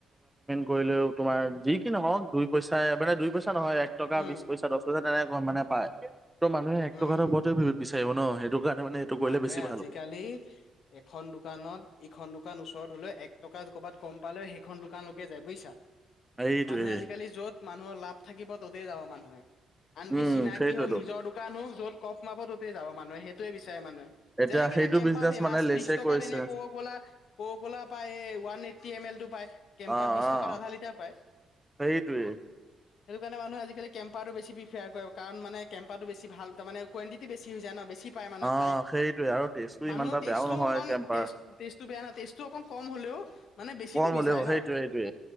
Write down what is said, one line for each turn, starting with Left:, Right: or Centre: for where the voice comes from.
Centre: কৰিলেও তোমাৰ যি কি নহওঁক দুই পইচা মানে দুই পইচা নহয় এক টকা
Left: উম,
Centre: বিশ পইচা দশ হাজাৰ তেনে কয় মানে পায় ত' মানুহে এক
Left: উম,
Centre: টকা ওপৰত বিচাৰিব ন সেইটো কাৰণে মানে এইটো কৰিলে
Left: মানুহে
Centre: বেছি ভাল
Left: আজিকালি
Centre: হ'ব।
Left: এখন দোকানত ইখন দোকান ওচৰত হলেও এক টকা কবাট কম পালে সেইখন দোকানলৈকে যাই বুজিছা
Centre: সেইটোৱে
Left: মানুহে আজিকালি য'ত মানুহৰ লাভ থাকিব ত'তেই যাব মানুহে আনকি
Centre: উম
Left: চিনাকি
Centre: সেইটোৱেতো
Left: হওঁক নিজৰ দোকান হওক য'ত। কফ মাব তোতেই যাব মানুহে সেইটোৱে বিচাৰে যাই মানে
Centre: এতিয়া
Left: যেনেকে
Centre: সেইটো
Left: এতি কেম্পা
Centre: বিজনেচ
Left: ফেমাচ
Centre: মানে লেচে
Left: বিশ টকাত
Centre: কৰিছে।
Left: এনে কক কলা পায়ে ওৱান। ফিভটি এ মেল কেম্পাৰ
Centre: অ
Left: বিশ
Centre: অ
Left: টকাৰ আধা লিটাৰ পায়
Centre: সেইটোৱে
Left: সেইটো কাৰনে মানুহে আজিকালি কেম্পাৰটো বেছি প্ৰিফয়াৰ কৰে কাৰণ মানে কেম্পাৰটো বেছি ভাল মানে কণ্টিটি বেছি যায় ন বেছি পায় সেয়াই মানুহে
Centre: অ
Left: খাই
Centre: সেইটোৱে আৰু টেষ্টটো
Left: মানুহৰ
Centre: ইমান এটা
Left: টেষ্টো
Centre: বেয়াও নহয়
Left: অকণ
Centre: কেম্পাৰ।
Left: টেষ্টটো বেয়া নহয় টেষ্টটো অকণ কম হ'লেও মানে বেছিটো
Centre: কম
Left: বিচাৰে
Centre: হ'লেও
Left: ন
Centre: সেইটোৱে সেইটোৱে